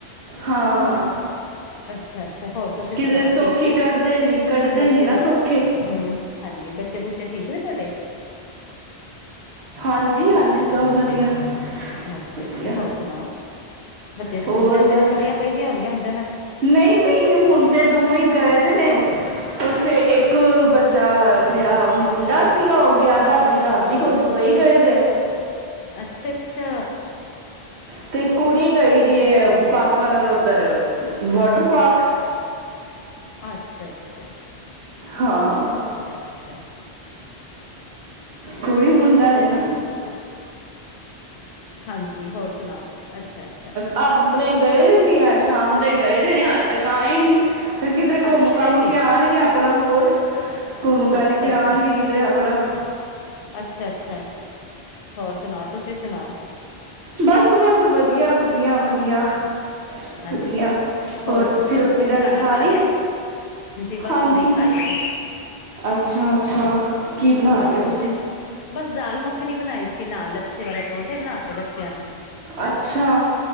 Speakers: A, on the right; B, on the left.
A: ਹਾਂ ਹਾਂ
B: ਅੱਛਾ ਅੱਛਾ ਹੋਰ ਤੁਸੀਂ
A: ਕਿਧਰੇ
B: ਸੁਣਾਓ
A: ਸੌਖੀ
B: ਠੀਕ ਨੇ
A: ਕੱਢਦੇ ਨ ਕੱਢਦੇ
B: ਬੱਚੇ
A: ਨੀ ਨਾ
B: ਬੁ-
A: ਸੌਖੇ
B: ਹੂੰ ਹਾਂਜੀ ਬੱਚੇ ਬੁੱਚੇ ਠੀਕ ਨੇ ਤੁਹਾਡੇ
A: ਹਾਂਜੀ ਹਾਂਜੀ <unintelligible> ਸਭ ਵਧੀਆ
B: ਅੱਛਾ
A: ਵਧੀਆ
B: ਅੱਛਾ ਹੋਰ ਸੁਣਾਓ ਬੱਚੇ ਸਕੂਲ
A: ਹੋਰ
B: ਜਾਂਦੇ
A: ਬਸ
B: ਨੇ ਛੁੱਟੀਆਂ ਪੈਦੀਆਂ ਹੋਣਗੀਆਂ ਹੁੰਦੀ
A: ਨਹੀਂ ਨਹੀਂ ਹੁਣ ਤੇ ਦੋਵੇਂ ਹੀ ਗਏ ਦੇ ਨੇ ਉੱਥੇ ਇੱਕ ਬੱਚਾ ਮੇਰਾ ਮੁੰਡਾ ਸੀ ਗਿਆ ਦਾ ਆਪਣੀ ਦਾਦੀ ਕੋਲ ਦੁਬਈ ਗਏ ਤੇ ਆ
B: ਅੱਛਾ ਅੱਛਾ
A: ਅਤੇ ਕੁੜੀ ਗਈ
B: ਅੱਛਾ।
A: ਦੀ ਪਾਪਾਨ ਲ ਉੱਧਰ ਵਾਟਰ ਪਾਰਕ
B: ਅੱਛਾ -ਅੱਛਾ
A: ਹਾਂ
B: ਅੱਛਾ -ਅੱਛਾ
A: ਕੁੜੀ ਮੁੰਡਾ ਹਾਂ
B: ਬੈਂਕ ਦੀ ਪਾਸਬੁੱਕ। ਹਾਂਜੀ, ਹੋਰ ਸੁਣਾਓ? ਅੱਛਾ, ਅੱਛਾ,
A: ਆਪਣੇ ਗਏ ਸੀ ਐ ਗਏ ਦੇ ਨੇ ਅੱਜ ਤੱਕ ਆਏ ਨੀ ਕਿਧਰੇ ਘੁੰਮ
B: ਅੱਛਾ
A: ਘਾਮ
B: ਜੀ,
A: ਕੇ ਆਉਣਗੇ ਆਪਣਾ ਹੋਰ ਘੁੰਮ
B: ਅੱਛਾ,
A: ਕੇ
B: ਅੱਛਾ,
A: ਆਉਣਗੇ ਕਿਧਰੇ ਆਪਣਾ
B: ਅੱਛਾ ਅੱਛਾ ਹੋਰ ਸੁਣਾ ਤੁਸੀਂ ਸੁਣਾਓ
A: ਬਸ -ਬਸ ਵਧੀਆ -ਵਧੀਆ -ਵਧੀਆ-
B: ਹਾਂਜੀ,
A: ਵਧੀਆ ਹੋਰ ਤੁਸੀਂ
B: ਦੱਸੋ?
A: ਰੋਟੀ ਰਾਟੀ
B: ਖਾਣਾ
A: ਖਾ ਲਈ
B: ਲਿਆ? ਬਸ
A: ਹਾਂਜੀ
B: ਹੁਣੇ ਹੀ ਖਾਈ ਹੈ।
A: ਅੱਛਾ ਅੱਛਾ ਕੀ ਬਣਾ
B: ਹਮ
A: ਲਿਆ ਤੁਸੀਂ
B: ਬਸ ਦਾਲ ਮੱਖਣੀ ਬਣਾਈ ਸੀ ਨਾਲ ਅੱਛੇ ਵਾਲੇ ਪਰਹੁਣ ਥੇਬਣਾ ਬੱਚਿਆਂ ਨੂ
A: ਅੱਛਾ